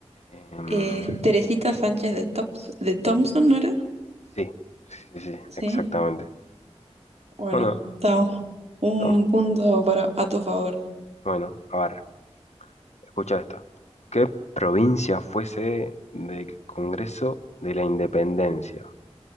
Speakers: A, on the left (about 75°); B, on the right (about 70°).
A: Em,
B: Eh, Teresita Sánchez de Tops, de Thompson, ¿no era?
A: sí, sí, sí, sí,
B: Sí.
A: exactamente.
B: Bueno,
A: Bueno,
B: está un
A: tam-
B: punto para a tu favor.
A: bueno, a ver, escucha esta. ¿Qué provincia fuese del Congreso de la Independencia?